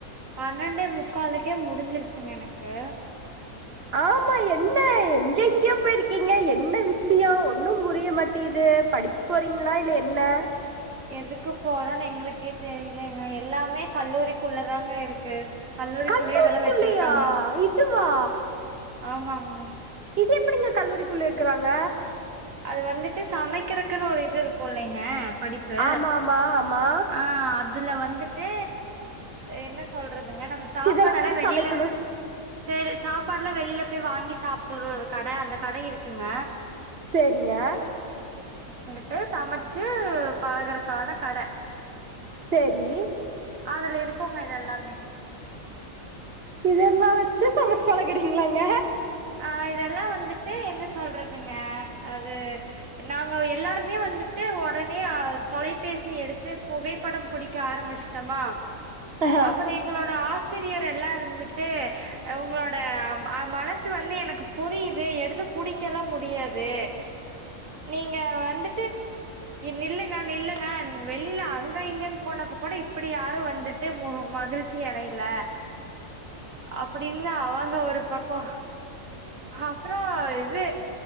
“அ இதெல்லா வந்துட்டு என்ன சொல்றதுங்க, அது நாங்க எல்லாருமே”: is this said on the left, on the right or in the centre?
Right